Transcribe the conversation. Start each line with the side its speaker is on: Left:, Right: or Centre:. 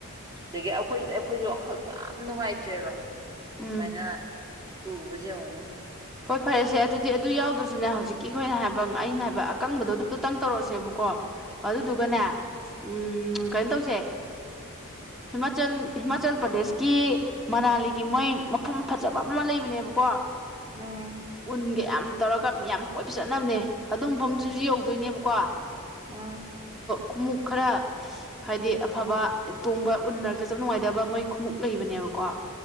Right: ꯑꯗꯒꯤ ꯑꯩꯈꯣꯏꯁ ꯑꯩꯈꯣꯏꯁꯨ ꯋꯥꯈꯜ ꯌꯥꯝ ꯅꯨꯡꯉꯥꯏꯇ꯭ꯔꯦꯕ
Centre: ꯎꯝ
Right: ꯃꯅ ꯇꯨꯕꯖꯤ ꯌꯥꯋꯥꯅꯤ
Centre: ꯍꯣꯏ ꯐꯔꯦꯁꯦ ꯑꯗꯨꯗꯤ ꯑꯗꯨ ꯌꯥꯎꯗ꯭ꯔꯁꯨꯅꯦ ꯍꯧꯖꯤꯛꯀꯤ ꯑꯩꯈꯣꯏꯅ ꯍꯥꯏꯕ ꯑꯩꯅ ꯍꯥꯏꯕ ꯑꯀꯪꯕꯗꯣ ꯑꯗꯨꯇꯪ ꯇꯧꯔꯛꯁꯦꯕꯀꯣ ꯑꯗꯨ ꯑꯗꯨ
Right: ꯎꯝ
Centre: ꯇꯗꯨꯒꯅꯦ ꯎꯝ ꯀꯩꯅꯣ ꯇꯧꯁꯦ ꯍꯤꯃꯥꯆꯜ ꯍꯤꯃꯥꯆꯜ ꯄ꯭ꯔꯗꯦꯁꯀꯤ ꯃꯅꯥꯂꯤꯒꯤ ꯃꯣꯏ ꯃꯐꯝ ꯐꯖꯕ ꯑꯃ ꯂꯩꯕꯅꯦꯕꯀꯣ
Right: ꯎꯝ
Centre: ꯟ ꯀꯌꯥꯝ ꯇꯧꯔꯒ ꯃꯤ ꯌꯥꯝ ꯀꯣꯏꯕ ꯆꯠꯅꯕꯅꯦ ꯑꯗꯨ ꯃꯐꯝꯗꯨꯁꯨ ꯌꯧꯗꯣꯏꯅꯦꯕꯀꯣ
Right: ꯑꯝ
Centre: ꯈꯎꯨꯞ ꯈꯔ ꯍꯥꯏꯗꯤ ꯑꯐꯕ ꯇꯣꯡꯕ ꯎꯟ ꯃꯔꯛꯇ ꯆꯞ ꯅꯨꯡꯉꯥꯏꯇꯕ ꯃꯣꯏ ꯈꯨꯎꯞ ꯂꯩꯕꯅꯦꯕꯀꯣ